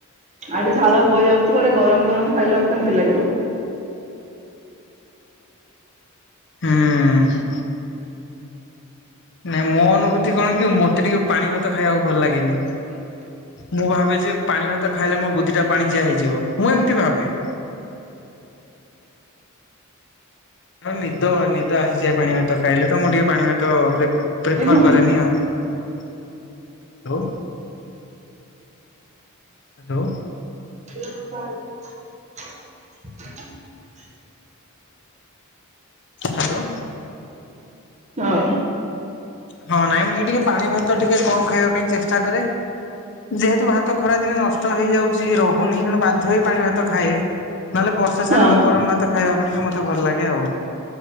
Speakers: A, on the right; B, on the left.
A: ଆଡେ ଝାଳ ବଯାଉଥିବା ଆଡେ ଗରମ ଗରମ ଖାଇଲା କେମତି ଲାଗିବ।
B: ହୁଁ ନାଇଁ ମୋ ଅନୁଭୂତି କଣ କି ମତେ ଟିକେ ପାଣି ଭାତ ଖାଇବାକୁ ଭଲ ଲାଗେନି। ମୁଁ ଭାବେ ଯେ ପାଣି ଭାତ ଖାଇଲେ ମୋ ବୁଧି ଟା ପାଣି ଚିଆ ହେଇଯିବ ମୁଁ ଏମିତି ଭାବେ। <unintelligible> ହଁ ନିଦ ନିଦ ସେ ପାଣି ଭାତ ଖାଇଲେ ତ ମୁଁ ଟିକେ ପାଣି ଭାତ ପ୍ରିଫର
A: ଏଇନୁ
B: କରେନି ଆଉ। ହ୍ୟାଲୋ। ହ୍ୟାଲୋ।
A: ହ ହ।
B: ହ୍ୟାଲୋ।
A: ହଁ।
B: ହଁ ନାଇଁ ମୁଁ ଟିକେ ପାଣି ଭାତ ଟିକେ କମ ଖାଇବା ପାଇଁ ଚେଷ୍ଟା କରେ। ଯେହେତୁ ଭାତ ଖରାଦିନେ ନଷ୍ଟ ହେଇଯାଉଛି ରହୁନି ତେଣୁ ବାଧ୍ୟ ହେଇ ପାଣି ଭାତ ଖାଏ। ନହେଲେ ବର୍ଷା
A: ହଁ
B: ସାରା ମୁଁ ଗରମ ଭାତ ଖାଇବାକୁ ଟିକେ ମତେ ଭଲ ଲାଗେ ଆଉ।